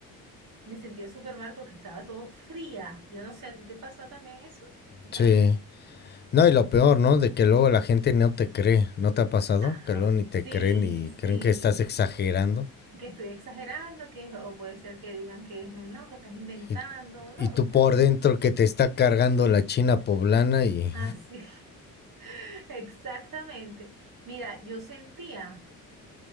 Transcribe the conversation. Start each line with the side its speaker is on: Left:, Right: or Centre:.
Right: me sentía súper mal porque estaba todo fría. Yo no sé, ¿a ti te pasó también eso? ¿Qué tan
Left: Sí.
Right: fría?
Left: No, y lo peor, ¿no? De que luego la gente no te cree. ¿No te ha pasado?
Right: Ajá.
Left: Que luego ni te
Right: Sí,
Left: creen y creen
Right: sí.
Left: que estás exagerando.
Right: Que estoy exagerando, que o puede ser que digan que no, que estás inventando.
Left: Y,
Right: No,
Left: y tú
Right: no,
Left: por
Right: no, no.
Left: dentro que te está cargando la China poblana y...
Right: Así. <laughs> Exactamente. Mira, yo sentía